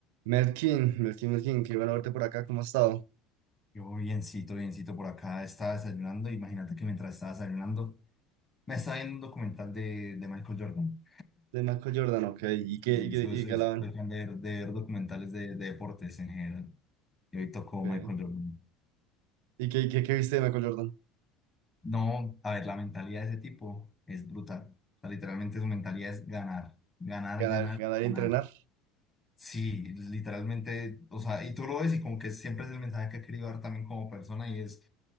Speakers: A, on the right; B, on the left.
A: Melkin, Melkin, Melkin, qué bueno verte por acá, ¿cómo has estado?
B: Yo biencito, biencito por acá, estaba desayunando. Imagínate que mientras estaba desayunando, me estaba viendo un documental de, de Michael Jordan.
A: De Michael Jordan, ok, ¿y qué,
B: Sí,
A: y qué,
B: soy,
A: y
B: soy-
A: qué hablaban?
B: soy fan de, ver- de ver documentales de, de deportes en general. Y hoy tocó
A: Ok.
B: Michael Jordan.
A: ¿Y qué, qué, qué viste de Michael Jordan?
B: No, a ver, la mentalidad de ese tipo es brutal. O sea, literalmente su mentalidad es ganar, ganar,
A: Ganar,
B: ganar,
A: ganar y
B: ganar.
A: entrenar,
B: Sí, literalmente, o sea, y tú lo ves y como que siempre es el mensaje que ha querido dar también como persona y es